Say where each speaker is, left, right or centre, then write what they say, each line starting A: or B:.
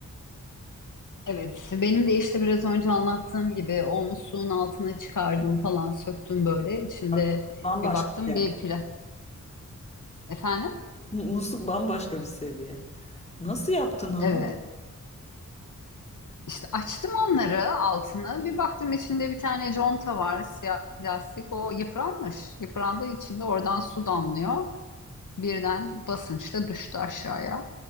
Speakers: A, on the left (about 75°); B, on the left (about 20°).
A: Evet, benim de işte biraz önce anlattığım gibi o musluğun altına çıkardım falan söktüm böyle. İçinde
B: Bak, Bambaşka.
A: bir baktım
B: ya.
A: bir pla... Efendim?
B: Mu- Musluk bambaşka bir seviye. Nasıl yaptın onu?
A: Evet. İşte açtım onları altını. Bir baktım içinde bir tane conta var, siyah plastik. O yıpranmış. Yıprandığı için de oradan su damlıyor. Birden basınçla düştü aşağıya.